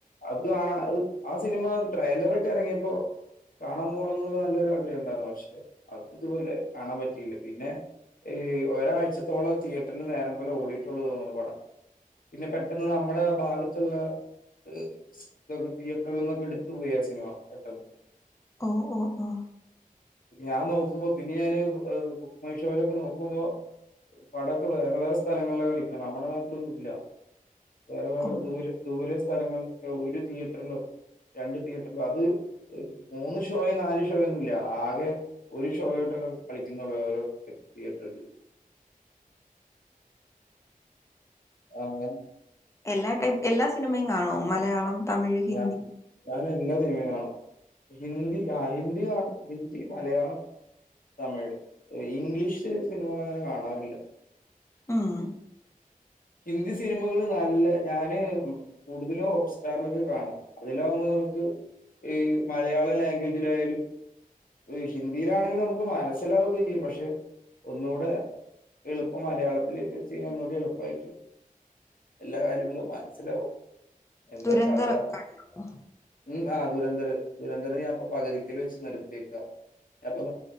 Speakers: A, on the left; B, on the left.
A: അത് കാണ അത്, ആ സിനിമ ട്രെയിലറക്കെ ഇറങ്ങിയപ്പോ കാണാൻ പോണം എന്നുള്ള നല്ലൊരു ആഗ്രഹം ഉണ്ടായിരുന്നു പക്ഷെ, അത് ഇതുപോലെ കാണാൻ പറ്റിയില്ല, പിന്നെ, ഈ ഒരാഴ്ചത്തോളം തിയേറ്ററിൽന് നേരം പോലെ ഓടിയിട്ടുള്ളു തോന്നണു പടം, പിന്നെ പെട്ടെന്ന് നമ്മുടെ ഭാഗ ത്തുള്ള ഇതൊക്കെ തിയേറ്ററുകളിൽ നിന്നൊക്കെ എടുത്തു പോയ് ആ സിനിമ പെട്ടെന്ന്,
B: ഓഹ് ഓഹ് ഓഹ്,
A: ഞാൻ നോക്കുമ്പോ പിന്നെ ഞാന് ബുക്ക് മൈ ഷോയിലൊക്കെ നോക്കുമ്പോ, പടൊക്കെ വേറെ വേറെ സ്ഥലങ്ങളിലാ കളിക്കണെ നമ്മുടെ നാട്ടിലൊന്നുംല്ല വേറെ വേറെ,
B: ഉം.
A: ദൂരെ സ്ഥലങ്ങളിലൊക്കെ ഒരു തിയേറ്ററിലോ രണ്ട് തിയേറ്ററിലോ അത്, മൂന്ന് ഷോയും നാല് ഷോയൊന്നുംല്ല ആകെ, ഒരു ഷോയോട്ടൊ കളിക്കുന്നുള്ളൂ ഓരോ തിയേറ്ററില്, അങ്ങനെ,
B: എല്ലാ ടൈപ്പ് എല്ലാ സിനിമയും കാണോ മലയാളം, തമിഴ്, ഹിന്ദി,
A: ഞാ ഞാൻ എല്ലാ സിനിമയും കാണും ഹിന്ദി ആ ഹിന്ദി കാണും, ഹിന്ദി, മലയാളം, തമിഴ്, ഇംഗ്ലീഷില് സിനിമകൾ അങ്ങനെ കാണാറില്ല,
B: ഉം
A: ഹിന്ദി സിനിമകള് നല്ല ഞാന്, കൂടുതലും ഹോട്ട് സ്റ്റാറിലൊക്കെ കാണും അതിലാകുമ്പോ നമുക്ക്, ഈ മലയാളം ലാംഗ്വേജിലായാലും, ഇത് ഹിന്ദിയിലാണെങ്കിലും നമുക്ക് മനസ്സിലാവുകയൊക്കെ ചെയ്യും പക്ഷെ ഒന്നു കൂടെ എളുപ്പം മലയാളത്തില് ചെയ്താ ഒന്നു കൂടി എളു പ്പായിട്ട് എല്ലാ കാര്യങ്ങളും മനസ്സിലാവും. എന്താ
B: ദുരന്തറൊക്കെ
A: കഥ?
B: കണ്ടോ
A: ഉം ആഹ് ദുരന്തര ദുരന്തരം ഞാൻപ്പ പകുതിക്കൽ വെച്ച് നിർത്തയേക്കാ ഞാൻ പ്പൊ